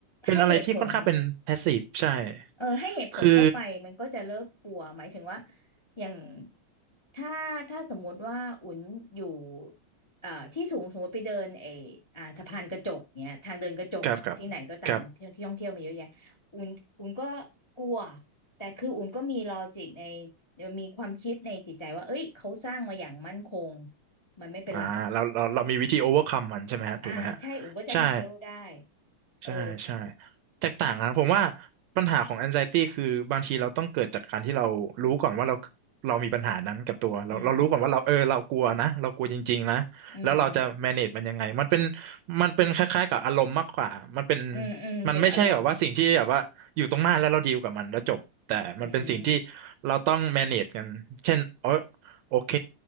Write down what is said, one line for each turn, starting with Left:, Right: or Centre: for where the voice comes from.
Right: เป็นอะไรที่ค่อนข้างเป็นแพสซีฟใช่
Left: ให้เหตุผล เออให้เหตุผลเข้าไปมันก็จะเลิกกลัวหมายถึงว่า
Right: คือ
Left: อย่างถ้าถ้าสมมุติว่าอุ่นอยู่เอ่อที่สูงสมมติไปเดินไออ่าสะพานกระจกเนี้ยทางเดินกระจกที่ไหนก็ตามที่ที่ท่องเที่ยวมาเยอะแยะอุ่นอุ่นก็
Right: กับกับกับ
Left: กลัวแต่คืออุ่นก็มีลอจิกในมีความคิดในจิตใจว่าเอ้ยเขาสร้างมาอย่างมั่นคงมันไม่เป็นไร
Right: อ่าเราเราเรามีวิธี o อเวอร์คัมมันใช่ไหมฮะถูกไหมฮะ
Left: อ่าใช่อุ่นก็จะแฮน
Right: ใช่
Left: d l e ได้เออ
Right: ใช่ใช่แตกต่างนะผมว่าปัญหาของ anxiety คือบางทีเราต้องเกิดจากการที่เรารู้ก่อนว่าเราเรามีปัญหานั้นกับตัวเราเรารู้ก่อนว่าเราเออเรากลัวนะเรากลัวจริงๆนะแล้วเราจะ
Left: อืมอืม
Right: manage มันยังไงมันเป็นมันเป็นคล้ายๆกับอารมณ์มากกว่ามันเป็น
Left: อืมอืมเป็นอารมณ์
Right: มันไม่ใช่แบบว่าสิ่งที่แบบว่าอยู่ตรงหน้าแล้วเราดีลกับมันแล้วจบแต่มันเป็นสิ่งที่
Left: อืม
Right: เราต้อง manage กันเช่นเออโอเค